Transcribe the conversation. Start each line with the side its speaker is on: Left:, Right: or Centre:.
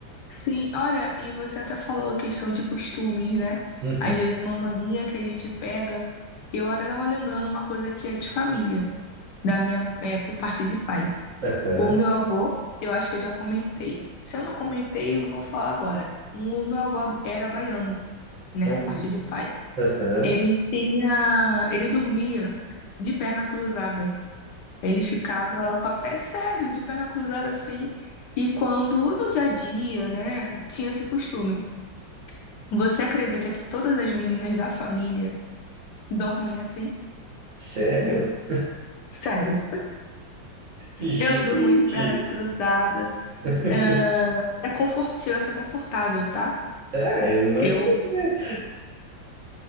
Left: Sim, olha, e você até falou a questão de costumes, né?
Right: Uhum.
Left: Às vezes uma mania que a gente pega. Eu até tava lembrando uma coisa que é de família, da minha, é, por parte de pai.
Right: Aham.
Left: O meu avô, eu acho que eu já comentei. Se eu não comentei, eu vou falar agora. O meu avô era baiano, né?
Right: Uhum.
Left: Parte de pai.
Right: Aham.
Left: Ele tinha, ele dormia de perna cruzada. Ele ficava com a pé sério, de perna cruzada assim. E quando no dia a dia, né, tinha esse costume. Você acredita que todas as meninas da família dormem assim?
Right: Sério?
Left: Sério.
Right: Gente.
Left: Eu durmo de perna cruzada.
Right: <laughs>
Left: É, é confort... Chega a ser confortável, tá?
Right: É, eu imagino,
Left: Eu,
Right: né?